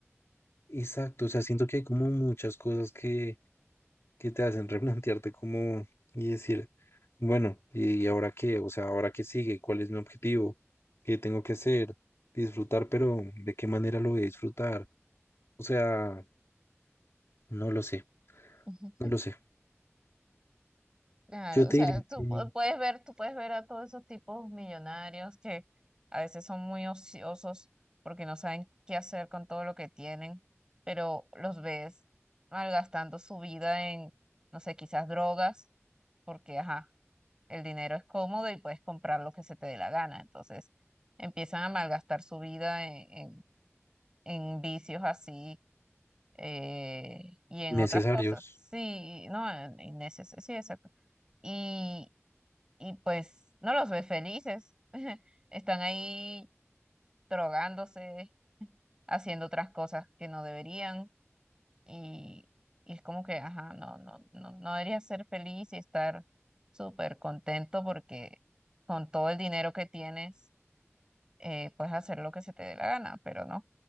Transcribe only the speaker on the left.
exacto, o sea, siento que hay como muchas cosas que, que te hacen <laughs> replantearte como y decir, bueno, ¿y ahora qué? O sea, ¿ahora qué sigue? ¿Cuál es mi objetivo? ¿Qué tengo que hacer? Disfrutar, pero ¿de qué manera lo voy a disfrutar? O sea... No lo sé,
no lo sé.
Yo
te
diría
que
necesarios.